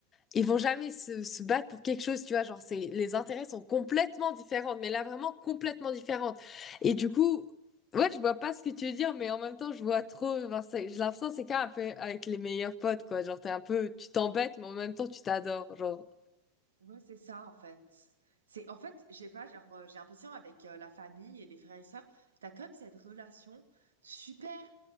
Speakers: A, on the left; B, on the right.
A: ils vont jamais se, se battre pour quelque chose, tu vois, genre c'est les intérêts sont complètement différents, mais là vraiment complètement différentes. Et du coup, ouais, je vois pas ce que tu veux dire, mais en même temps, je vois trop, enfin, c'est- j'ai l'impression que c'est quand même un peu avec les meilleurs potes, quoi, genre t'es un peu, tu t'embêtes, mais en même temps, tu t'adores, genre.
B: Ouais, c'est ça en fait. C'est en fait, j'ai pas genre euh, j'ai l'impression avec euh, la famille et les frères et sœurs, t'as comme cette relation super